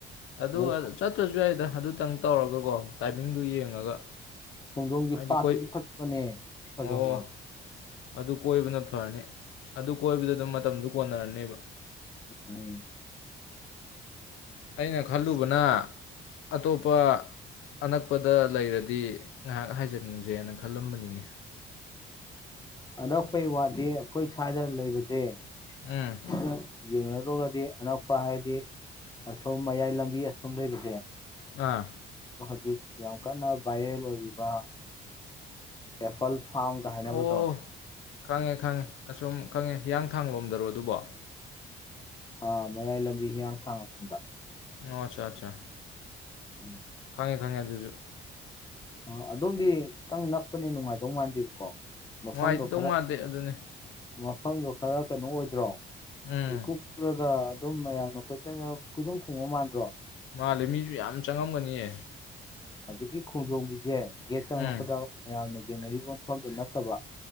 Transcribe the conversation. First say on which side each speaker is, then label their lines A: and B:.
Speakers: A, on the left; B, on the left.
A: ꯑꯗꯨ
B: ꯑꯗ
A: ꯑ ꯆꯠꯇ꯭ꯔꯁꯨ ꯌꯥꯏꯗ ꯑꯗꯨꯇꯪ ꯇꯧꯔꯒꯀꯣ ꯇꯥꯏꯃꯤꯡꯗꯨ ꯌꯦꯡꯉꯒ
B: ꯈꯣꯡꯖꯣꯝꯒꯤ
A: ꯍꯥꯏꯗꯤ
B: ꯄꯥꯠꯇꯨꯁꯨ
A: ꯀꯣꯏ
B: ꯐꯖꯕꯅꯦ ꯐꯖꯍꯧꯔꯕꯅꯦ
A: ꯑꯣ ꯑꯗꯨ ꯀꯣꯏꯕꯅ ꯐꯔꯅꯤ ꯑꯗꯨ ꯀꯣꯏꯕꯗ ꯑꯗꯨꯝ ꯃꯇꯝꯗꯨ ꯀꯣꯟꯅꯔꯅꯤꯕ
B: ꯎꯝ
A: ꯑꯩꯅ ꯈꯜꯂꯨꯕꯅ ꯑꯇꯣꯞꯄ ꯑꯅꯛꯄꯗ ꯂꯩꯔꯗꯤ ꯉꯥꯏꯍꯥꯛ ꯍꯥꯏꯖꯤꯟꯁꯦꯅ ꯈꯜꯂꯝꯕꯅꯤꯅꯦ
B: ꯑꯅꯛꯄꯩ ꯋꯥꯗꯤ ꯑꯩꯈꯣꯏ ꯁ꯭ꯋꯥꯏꯗ ꯂꯩꯕꯁꯦ
A: ꯑꯥ
B: ꯑꯗꯨꯅ ꯌꯦꯡꯅꯔꯨꯔꯒꯗꯤ ꯑꯅꯛꯄ ꯍꯥꯏꯗꯤ ꯑꯁꯣꯝ ꯃꯌꯥꯏ ꯂꯝꯕꯤ ꯑꯁꯣꯝ ꯂꯩꯕꯁꯦ
A: ꯑꯥ
B: ꯍꯧꯖꯤꯛ ꯌꯥꯝ ꯀꯟꯅ ꯚꯥꯏꯔꯦꯜ ꯑꯣꯏꯔꯤꯕ ꯑꯦꯄꯜ ꯐꯥꯔꯝꯒ ꯍꯥꯏꯅꯕꯗꯣ
A: ꯑꯣ ꯈꯪꯉꯦ ꯈꯪꯉꯦ ꯑꯁꯣꯝ ꯈꯪꯉꯦ ꯍꯤꯌꯥꯡꯊꯥꯡ ꯂꯣꯝꯗꯔꯣ ꯑꯗꯨꯕꯣ
B: ꯑꯥ ꯃꯌꯥꯏ ꯂꯝꯕꯤ ꯍꯤꯌꯥꯡꯊꯥꯡ ꯑꯁꯣꯝꯗ
A: ꯑꯣ ꯑꯠꯆꯥ ꯑꯠꯆꯥ
B: <unintelligible>
A: ꯈꯪꯉꯦ ꯈꯪꯉꯦ ꯑꯗꯨꯁꯨ
B: ꯑ ꯑꯗꯣꯝꯗꯤ ꯈꯤꯇꯪ ꯅꯛꯄꯅꯤꯅ ꯅꯨꯡꯉꯥꯏꯗꯧ ꯃꯥꯟꯗꯦꯕꯀꯣ ꯃꯐꯝꯗꯣ
A: ꯅꯨꯡꯉꯥꯏꯇꯧ
B: ꯈꯔ
A: ꯃꯥꯟꯗꯦ ꯑꯗꯨꯅꯦ
B: ꯃꯐꯝꯗꯣ ꯈꯔ ꯀꯩꯅꯣ ꯑꯣꯏꯗ꯭ꯔꯣ
A: ꯎꯝ
B: ꯏꯀꯨꯞꯔꯒ ꯑꯗꯨꯝ ꯃꯌꯥꯝꯅ ꯀꯣꯏꯆꯠ ꯆꯠ ꯀꯣꯏꯗꯣꯡ ꯊꯣꯡꯕ ꯃꯥꯟꯗ꯭ꯔꯣ
A: ꯃꯥꯜꯂꯦ ꯃꯤꯁꯨ ꯌꯥꯝ ꯆꯪꯉꯝꯒꯅꯤꯑꯦ
B: ꯍꯧꯖꯤꯛꯀꯤ ꯈꯣꯡꯖꯣꯝꯒꯤꯁꯦ ꯒꯦꯠ ꯆꯪ
A: ꯎꯝ
B: ꯉꯛꯄꯗ ꯃꯌꯥꯝꯅ ꯌꯦꯡꯅꯔꯤꯕ ꯃꯐꯝꯗꯨ ꯅꯠꯇꯕ